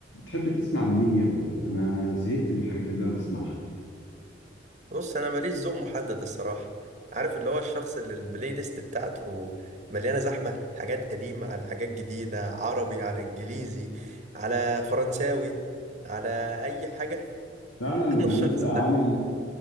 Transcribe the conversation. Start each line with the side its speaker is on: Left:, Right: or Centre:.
Left: تحب تسمع لمين يا ابني؟ أنا زهقت من الحاجات اللي أنا بسمعها.
Right: بص انا ماليش ذوق محدد الصراحه عارف اللي هو الشخص اللي البلاي ليست بتاعته مليانه زحمه حاجات قديمه على حاجات جديده عربي على انجليزي على فرنساوي على اي حاجه
Left: فعلا
Right: <laughs> انا
Left: يعني
Right: الشخص
Left: أنت عامل
Right: ده